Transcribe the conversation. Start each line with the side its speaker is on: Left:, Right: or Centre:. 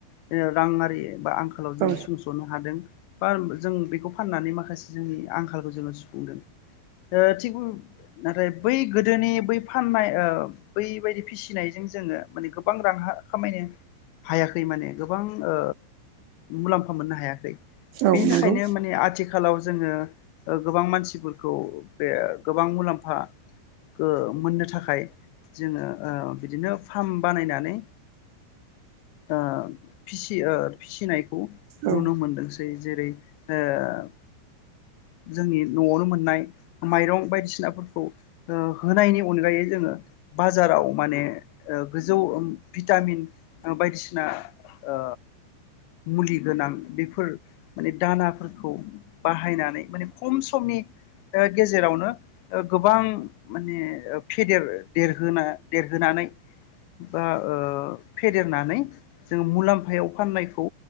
Left: जोंङो रांङारि बा आं आंखालाव जोङो
Right: औ
Left: सुंस'नो हादों बा जों बेखौ फाननानै माखासे जोंनि आंखाल खौ जोंङो सुुफुंदों थि नाथाय बै गोदोनि बै फाननाय औ बैबायदि फिसिनाय जोंङो गोबां रां खामायनो हायाखै माने गोबां ओ मुलाम्फा मोननो हायाखै
Right: औ
Left: बेनि
Right: नंगौ
Left: थाखायनो माने आथिखालाव जोङो गोबां ओ मानसिफोरखौ बे गोबां मुलाम्फा ओ मोननो थाखाय जोङो ओ बिदिनो फार्मा बानायनानैनाय ओ फिसियो फिसिनाय खौ
Right: औ
Left: नुनो मोनदों जेरै ओ जोंनि नआवनो मोननाय माइरं बायदिसिनाफोरखौ ओ होनायनि अनगायै जोङो बाजाराव माने ओ गोजौ ओम भिटामिन बायदिसिना ओ मुलि गोनां बेफोर माने दानाफोरखौ बाहायनानै माने खम समनि ओ गेजेरावनो गोबां माने फेदेर देरहोना देरहोनानै बा ओ फेदेरनानै जोङो मुलाम्फायाव फाननायखौ